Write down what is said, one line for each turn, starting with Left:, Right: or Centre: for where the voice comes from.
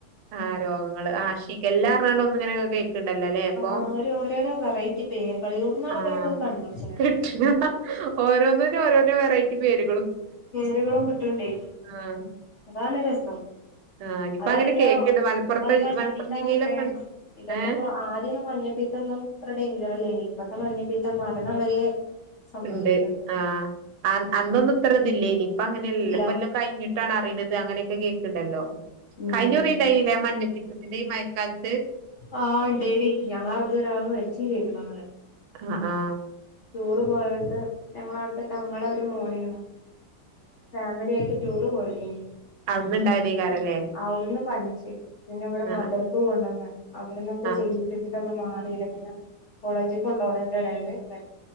Right: ആഹ രോഗങ്ങള് ആ ഷിഗ ല്ലാറിഞ്ഞാണ്ട് ഒന്ന ഇങ്ങനെൊക്കെ കേക്കണ്ടല്ലോ അല്ലേ അപ്പൊ
Left: ആ ഒരു ഓരോരോ വെറൈറ്റി പേരുകൾ എവിടുന്നാണ്
Right: ആ
Left: ഇവലൊക്കെ ഇത് കണ്ടുപിടിച്ച്ണെ
Right: <unintelligible> ഓരോന്ന് രോരോ വറൈറ്റി പേര്
Left: രുകളും കിട്ടുംണ്ടേ
Right: ആഹ്
Left: അതാണ് രസം
Right: ആഹ് ഇപ്പൊ
Left: അതാണെങ്കോ
Right: അങ്ങനെ കേക്ക്ണ്ട് മലപ്പുറത്തെ
Left: ഇ മഞ്ഞപ്പീത്ത
Right: മലപ്പുറം ജില്ലയിലൊക്കെ
Left: ആവട്ടെ ഇതൊക്കെ
Right: ഏഹ്
Left: ഇപ്പോ ആദ്യം മഞ്ഞപ്പീ ഇന്നും ഇത്ര ഡേഞ്ചർ അല്ലേ ഇനി ഇപ്പഴത്തെ മഞ്ഞപ്പീത്തംമാരണം വരെ സംഭവിക്ക്ണ്ട്
Right: ഉണ്ട് ആ് അന്നൊന്നും ഇത്രതില്ലേ ഇനി അപ്പൊ അങ്ങനെയല്ല
Left: ഇല്ല
Right: ഇപ്പ എല്ലോം കഴിഞ്ഞിട്ടാണ് അറിയുന്നത് അങ്ങനെയൊക്കെ കേൾക്കണ്ടല്ലോ.
Left: ഉം
Right: കൈഞ്ഞുറി ണ്ടായില്ലേ മഞ്ഞപ്പിത്തത്തിന്റെ ഈ മഴക്കാലത്ത്
Left: ആ ണ്ടേനി ഞങ്ങളെ വട്ന്നൊരാള് മരിച്ചും ചെയ്തീ ണങ്ങനെ
Right: ആ ആ
Left: ടൂർ പോയോട്തെ ഞങ്ങളട്ത്തെ തങ്ങളൊരു മോനെയ്ന്നു ഫാമില്യായിട്ട് ടൂർ പോയതേനു
Right: അവ്ട്ന്ന്ണ്ടായതേക്കാരല്ലേ
Left: അവ്ട്ന്ന് പനിച്ച് പിന്നെ വടെ മദർക്ക്
Right: ആഹ്
Left: കൊണ്ടന്ന് അവ്ട്ന്നൊക്കെ
Right: ആഹ്
Left: ചികിത്സിച്ചിട്ടൊന്നും മാറില്ല പിന്നെ കോളേജ്ക്ക് കൊണ്ടോണേന്റെടേല് മര്